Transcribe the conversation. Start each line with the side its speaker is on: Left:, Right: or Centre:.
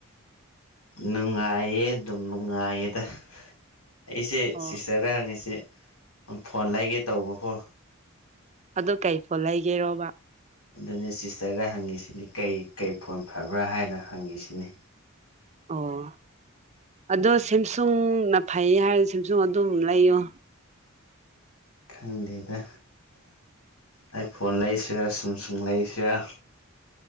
Left: ꯅꯨꯡꯉꯥꯏꯌꯦ ꯑꯗꯨꯝ ꯅꯨꯡꯉꯥꯏꯌꯦꯗ ꯑꯩꯁꯦ
Right: ꯑꯣ
Left: ꯁꯤꯁꯇꯔꯗ ꯍꯪꯉꯤꯁꯦ ꯐꯣꯟ ꯂꯩꯒꯦ ꯇꯧꯕꯀꯣ
Right: ꯑꯗꯨ ꯀꯩ ꯐꯣꯟ ꯂꯩꯒꯦꯔꯣꯕ
Left: ꯑꯗꯨꯅ ꯁꯤꯁꯇꯔꯗ ꯍꯪꯉꯤꯁꯤꯅꯤ ꯀꯩ ꯀꯩ ꯐꯣꯟ ꯐꯕ꯭ꯔꯥ ꯍꯥꯏꯅ ꯍꯪꯉꯤꯁꯤꯅꯤ
Right: ꯑꯣ ꯑꯗꯣ ꯁꯦꯝꯁꯨꯡꯅ ꯐꯩꯌꯦ ꯍꯥꯏꯔꯗꯤ ꯁꯦꯝꯁꯨꯡ ꯑꯗꯨꯝ ꯂꯩꯌꯣ
Left: ꯈꯪꯗꯦꯗ ꯑꯥꯏ ꯐꯣꯟ ꯂꯩꯁꯤꯔꯥ ꯁꯦꯝꯁꯨꯡ ꯂꯩꯁꯤꯔꯥ